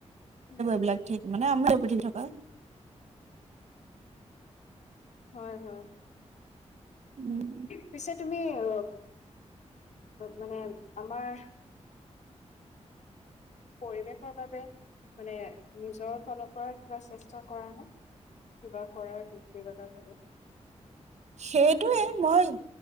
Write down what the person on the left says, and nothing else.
উম,
হয় হয়
পিছত তুমি উ মানে আমাৰ পৰিৱেশৰ বাবে মানে নিজৰ ফালৰ পৰা কিবা চেষ্টা কৰা নাই কিবা কৰাৰ ব্যক্তিগত ভাৱে